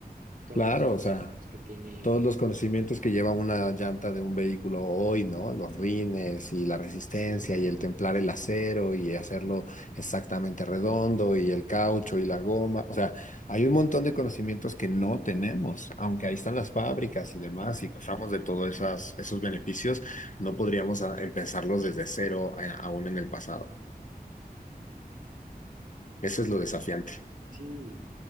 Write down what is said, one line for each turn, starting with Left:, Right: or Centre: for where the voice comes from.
Right: todos
Left: claro,
Right: los conocimientos
Left: o sea.
Right: que tiene.
Left: todos los conocimientos que lleva una llanta de un vehículo hoy, ¿no? Los rines y la resistencia
Right: Sí, claro.
Left: y el templar el acero y hacerlo exactamente redondo y el caucho y la goma. O sea, hay un montón de conocimientos que no tenemos, aunque ahí están las fábricas y demás y pasamos de todos esas, esos beneficios, no podríamos ah, empezarlos desde cero eh, aún en el pasado. Eso es lo desafiante.
Right: Sí,